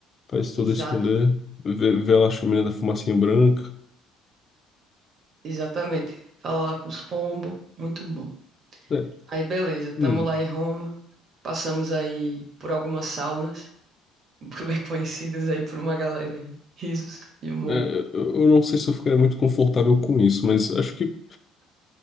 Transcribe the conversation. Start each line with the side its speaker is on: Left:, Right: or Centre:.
Left: Faz todo
Right: Exato.
Left: esse rolê. Vê, vê lá a chaminé da fumacinha branca.
Right: Exatamente. Fala lá com os pombos. Muito bom.
Left: É,
Right: Aí, beleza. Tamo
Left: hum,
Right: lá em Roma. Passamos aí por algumas saunas, <laughs> bem conhecidas aí por uma galera aí. Risos e humor.
Left: é, eu eu não sei se eu ficaria muito confortável com isso, mas acho que